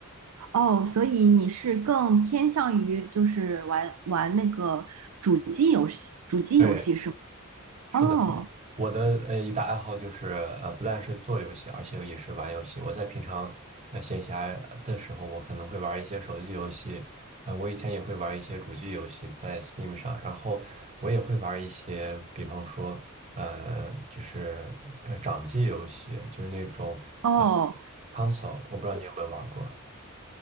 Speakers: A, on the right; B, on the right.
A: 哦，所以你是更偏向于就是玩玩那个主机游戏，主机游戏是吗？
B: 对，是的，
A: 哦，
B: 我的呃一大爱好就是呃不但是做游戏，而且也是玩游戏。我在平常呃闲暇呃的时候，我可能会玩一些手机游戏，呃我以前也会玩一些主机游戏在 Steam 上，然后我也会玩一些，比方说呃就是呃掌机游戏，就是那种
A: 哦，
B: console，我不知道你有没有玩过